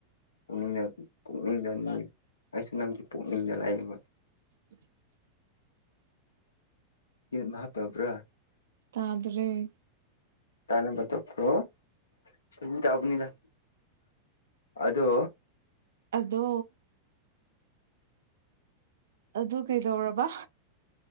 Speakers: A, on the left; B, on the right.
A: ꯄꯨꯛꯅꯤꯡꯗ ꯄꯨꯛꯅꯤꯡꯗ ꯑꯩꯁꯨ ꯅꯪꯗꯤ ꯄꯨꯛꯅꯤꯡꯗ ꯂꯥꯛꯌꯦꯕ
B: <inaudible>
A: ꯌꯦ ꯃꯥ ꯄꯕ꯭ꯔꯥ
B: ꯇꯥꯗꯔꯦ꯫
A: ꯇꯥꯅꯕ ꯇꯣꯞꯄ꯭ꯔꯣ ꯐꯥꯒꯤ ꯇꯧꯕꯅꯤꯗ ꯑꯗꯣ__
B: ꯑꯗꯣ__ ꯑꯗꯨ ꯀꯩꯗꯧꯔꯕ꯫